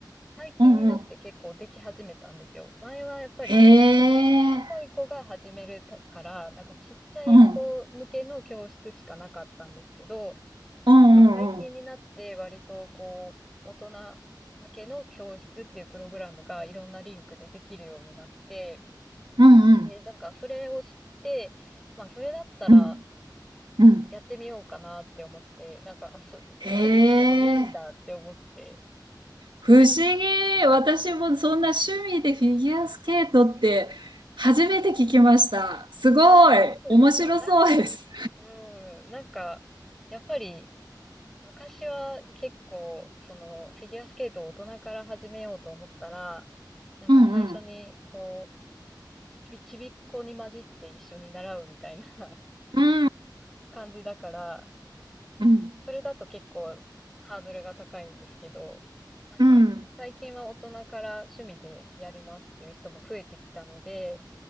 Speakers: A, in the centre; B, on the right.
A: 最近になって結構でき始めたんですよ。
B: うんうん。
A: 前はやっぱりち、
B: へ
A: ちっちゃい子が始めるたから、
B: ー。
A: なんかちっちゃい子向けの教室しかなかったんですけど、
B: うん。うんうんうん。
A: なんか最近になって割とこう、大人向けの教室っていうプログラムがいろんなリンクでできるようになって、
B: うんうん。
A: で、なんかそれを知って、まあそれだったら、
B: うんうん。
A: やってみようかなって思って、なんか、あ、す、
B: へ
A: 滑ってもいいんだって思って、
B: ー。不思議。私もそんな趣味でフィギュアスケートって初めて聞きました。すごい。
A: そうですか。
B: 面白そうです。
A: なんか、うん、なんか、やっぱり、昔は結構、その、フィギュアスケートを大人から始めようと思ったら、なんか最初に、
B: うんうん。
A: こう、ちび、ちびっこに混じって一緒に習うみたいな
B: うん。
A: <laughs> 感じだから、
B: うん。
A: それだと結構ハードルが高いんですけど、なんか、
B: うん。
A: 最近は大人から趣味でやりますっていう人も増えてきたので、